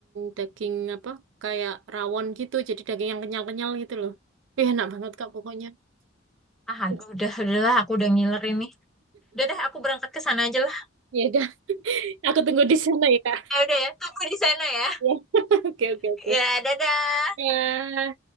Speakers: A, on the right (about 65°); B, in the centre.
A: daging apa? Kayak rawon gitu, jadi daging yang kenyal-kenyal gitu loh. Ih, enak banget Kak pokoknya.
B: Ah, aduh,
A: Uh,
B: udah, udah lah, aku udah ngiler ini. Udah deh, aku berangkat ke sana aja lah.
A: Ya udah, aku tunggu di sana ya Kak.
B: Ya udah ya, aku di sana ya.
A: Ya. <laughs> Oke, oke, oke.
B: Ya, dadah.
A: Ya.